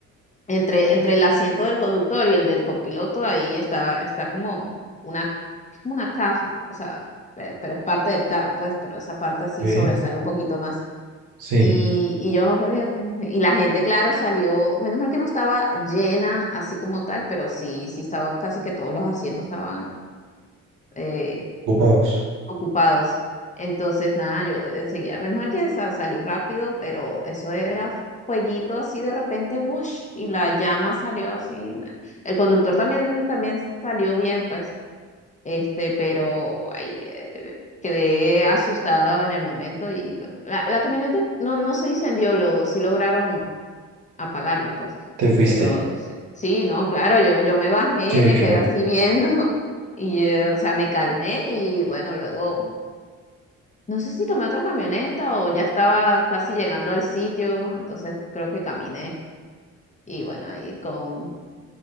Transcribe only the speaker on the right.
¿eh?
Sí,
ocupados.
Te fuiste.
Sí,
claro.